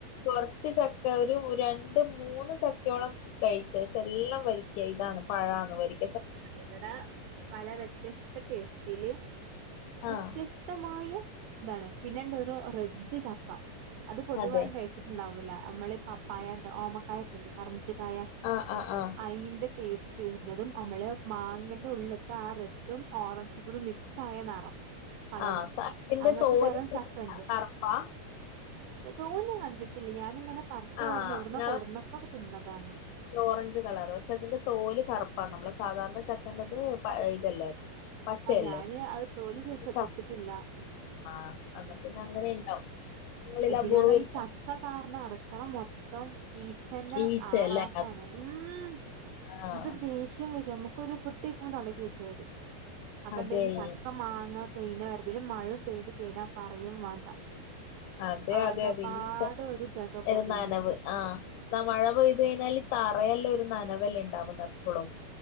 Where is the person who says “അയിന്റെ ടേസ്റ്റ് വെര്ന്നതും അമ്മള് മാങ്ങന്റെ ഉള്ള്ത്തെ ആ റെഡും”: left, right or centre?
Right